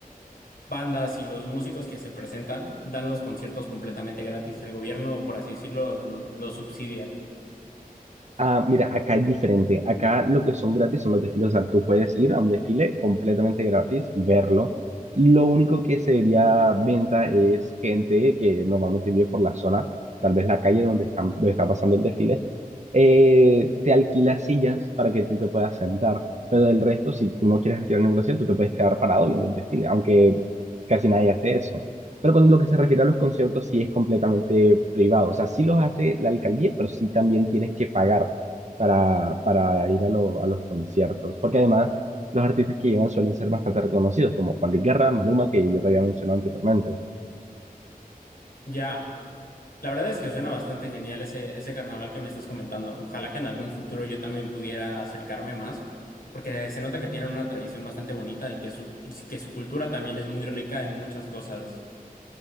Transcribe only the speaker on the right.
Ah, mira, acá es diferente. Acá lo que son gratis son los desfiles. O sea, tú puedes ir a un desfile completamente gratis y verlo. Lo único que sería venta es gente que normalmente vive por la zona, tal vez la calle donde están, donde está pasando el desfile. eh, te alquila sillas para que tú te puedas sentar. Pero del resto, si tú no quieres alquilar ninguna silla, tú te puedes quedar parado viendo el desfile, aunque casi nadie hace eso. Pero con lo que se refiere a los conciertos, sí es completamente privado. O sea, sí los hace la alcaldía, pero sí también tienes que pagar para, para ir a, lo- a los conciertos. Porque además, los artistas que llevan suelen ser bastante reconocidos, como Juan Luis Guerra, Maluma, que yo te había mencionado anteriormente.